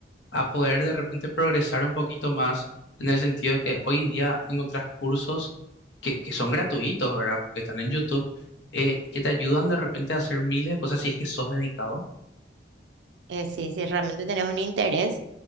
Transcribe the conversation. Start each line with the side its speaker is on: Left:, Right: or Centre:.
Left: a poder de repente progresar un poquito más en el sentido de que hoy en día encontrás cursos que, que son gratuitos, ¿verdad? Que están en YouTube, eh, que te ayudan de repente a hacer miles de cosas si es que sos dedicado?
Right: Eh, sí, sí, realmente tenés un interés